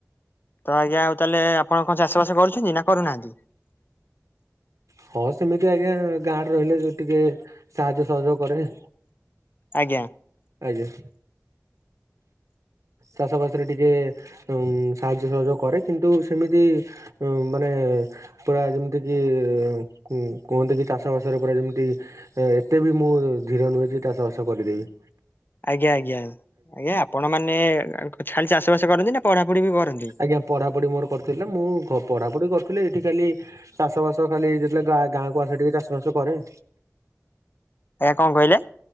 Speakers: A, on the left (about 40°); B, on the right (about 70°).
A: ତ ଆଜ୍ଞା ଆଉ ତାହେଲେ ଆପଣ କଣ ଚାଷବାସ କରୁଛନ୍ତି ନା କରୁନାହାଁନ୍ତି।
B: ହଁ ସେମିତି ଆଜ୍ଞା ଗାଁରେ ରହିଲେ ଯୁ ଟିକେ ସାହାଯ୍ୟ ସହଯୋଗ କରେ।
A: ଆଜ୍ଞା।
B: ଆଜ୍ଞା। ଚାଷବାସରେ ଟିକେ ଉଁ ସାହାଯ୍ୟ ସହଯୋଗ କରେ କିନ୍ତୁ ସେମିତି ଉଁ ମାନେ ପୁରା ଯେମିତି କି କୁଁ କୁହନ୍ତି କି ଚାଷ ବାସରେ ପୁରା ଯେମିତି ଏ ଏତେ ବି ମୁଁ ଧୀର ନୁହେଁ ଯେ ଚାଷ ବାସ କରିଦେବି।
A: ଆଜ୍ଞା ଆଜ୍ଞା ଆଜ୍ଞା ଆପଣ ମାନେ ଏ ଖାଲି ଚାଷ ବାସ କରନ୍ତି ନା ପଢାପଢି ବି କରନ୍ତି?
B: ଆଜ୍ଞା ପଢ଼ାପଢି ମୋର କରୁଥିଲି ମୁଁ ପ ପଢାପଢି କରୁଥିଲି ଏଠି ଖାଲି ଚାଷ ବାସ ତ ଖାଲି ଯେତେବେଳେ ଗା ଗାଁକୁ ଆସେ ଟିକେ ଚାଷ ବାସ କରେ।
A: ଏଁ କଣ କହିଲେ?